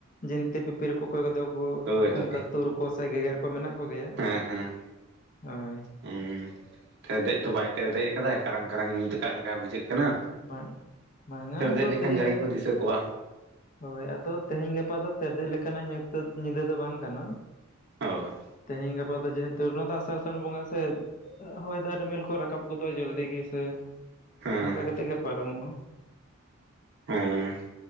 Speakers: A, on the left; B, on the right.
A: ᱡᱤᱱᱛᱤ ᱯᱤᱯᱤᱨ ᱠᱚ ᱚᱠᱚᱭ ᱠᱚᱫᱚ ᱠᱚ
B: ᱦᱳᱭ ᱦᱳᱭ
A: ᱚᱱᱠᱟ ᱛᱩᱨ ᱠᱚ ᱥᱮ ᱜᱮᱜᱮᱨ ᱠᱚ ᱢᱮᱱᱟᱜ ᱠᱚᱜᱮᱭᱟ
B: ᱦᱮᱸ ᱦᱮᱸ᱾
A: ᱦᱳᱭ
B: ᱦᱮᱸ ᱛᱮᱨᱫᱮᱡ ᱛᱚ ᱵᱟᱭ ᱛᱮᱨᱫᱮᱡ ᱟᱠᱟᱫᱟ᱾ ᱠᱟᱨᱟᱝ ᱠᱟᱨᱟᱝ ᱧᱩᱛ ᱠᱟᱜ ᱞᱮᱠᱟᱭ ᱵᱩᱡᱷᱟᱹᱜ ᱠᱟᱱᱟ᱾
A: ᱢᱟ ᱵᱟᱝᱟ
B: ᱛᱮᱨᱫᱮᱡ
A: ᱟᱫᱚ
B: ᱞᱮᱠᱷᱟᱱ
A: ᱛᱮᱦᱮᱧ
B: ᱡᱟᱭᱜᱟ ᱠᱚ ᱫᱤᱥᱟᱹ ᱠᱚᱜᱼᱟ᱾
A: ᱦᱳᱭ ᱟᱫᱚ ᱛᱮᱦᱮᱧ ᱜᱟᱯᱟ ᱫᱚ ᱛᱮᱨᱫᱨᱡ ᱞᱮᱠᱟᱱᱟᱜ ᱧᱩᱛᱟᱹᱛ ᱧᱤᱫᱟᱹ ᱫᱚ ᱵᱟᱝ ᱠᱟᱱᱟ᱾
B: ᱚᱸ
A: ᱛᱮᱦᱤᱧ ᱜᱟᱯᱟ ᱫᱚ ᱡᱮᱦᱮᱛᱩ ᱱᱚᱣᱟ ᱫᱚ ᱟᱥᱟᱲ ᱥᱟᱱ ᱵᱚᱸᱜᱟ ᱥᱮ ᱦᱚᱭ ᱫᱟᱜ ᱨᱤᱢᱤᱞ ᱠᱚ ᱨᱟᱠᱟᱵ ᱜᱚᱫᱚᱜᱼᱟ ᱡᱚᱞᱫᱤ ᱜᱮ ᱥᱮ
B: ᱦᱮᱸ
A: ᱚᱱᱠᱟ ᱠᱟᱛᱮᱜ ᱜᱮ ᱯᱟᱨᱚᱢᱚᱜᱼᱟ᱾
B: ᱦᱚᱸ